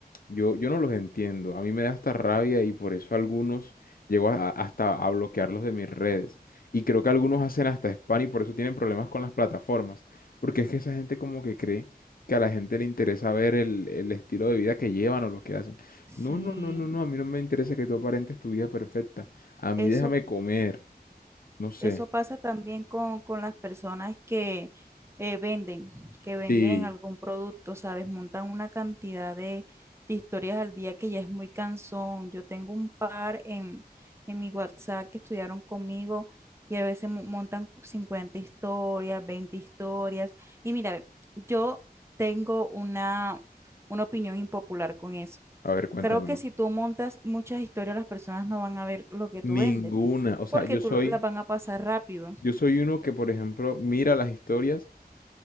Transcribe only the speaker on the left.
yo, yo no los entiendo. A mí me da hasta rabia y por eso algunos llego a- a- hasta a bloquearlos de mis redes. Y creo que algunos hacen hasta spam y por eso tienen problemas con las plataformas. Porque es que esa gente como que cree que a la gente le interesa ver el, el estilo de vida que llevan o lo que hacen.
No, no, no, no, no. A mí no me interesa que tú aparentes tu vida perfecta. A mí
déjame comer. No sé.
Sí.
A ver, cuéntamelo.
Ninguna.
O sea,
yo soy...
Yo soy uno que, por ejemplo, mira las historias